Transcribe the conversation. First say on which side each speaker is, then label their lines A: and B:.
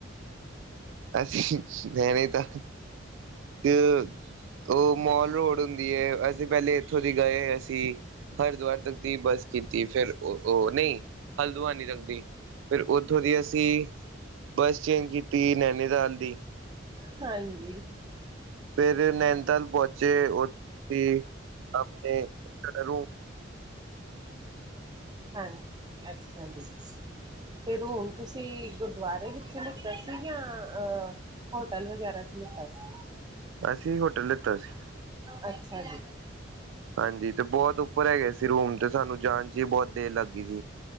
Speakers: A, on the right; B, on the right.
A: ਅਸੀਂ ਲਣੇ ਤਾਂ ਕਿ ਉਹ ਮੋਲ ਰੋਡ, ਹੁੰਦੀ ਏ ਅਸੀਂ ਪਹਿਲੇ ਇੱਥੋਂ ਦੀ ਗਏ ਅਸੀਂ। ਹਰਿਦੁਵਰ ਤੱਕ ਦੀ ਬੱਸ ਕੀਤੀ ਫੇਿਰ ਉਹ ਨਹੀਂ ਹਲਦੁਆ ਨੀ ਤੱਕਦੀ, ਫਿਰ ਉੱਥੋਂ ਦੀ ਅਸੀਂ ਬੱਸ ਚੇਂਜ ਕੀਤੀ ਨੈ, ਨਿਦਾਲ ਦੀ,
B: ਹਾਂਜੀ
A: ਫੇਰ ਨੈਨਤਾਲ ਪਹੁੰਚੇ ਉਥੇ ਆਪਣੇ ਰੋ,
B: ਹਾਂ ਅੱਛਾ ਜੀ ਤੇ ਹੁਣ ਤੁਸੀਂ ਗੁਰਦੁਆਰੇ ਵਿੱਚ ਲਿੱਤਾ ਸੀ ਜਾਂ ਅ ਹੋਟਲ ਵਗੈਰਾ ਚ ਲਿੱਤਾ ਸੀ।
A: ਅਸੀਂ ਹੋਟਲ ਲਿੱਤਾ ਸੀ
B: ਅੱਛਾ ਜੀ
A: ਹਾਂਜੀ ਤੇ ਬਹੁਤ ਉੱਪਰ ਹੈਗੇ ਸੀ ਰੂਮ ਤੇ ਸਾਨੂੰ ਜਾਣ ਚ ਹੀ ਬਹੁਤ ਦੇਰ ਲੱਗ ਗਈ ਸੀ।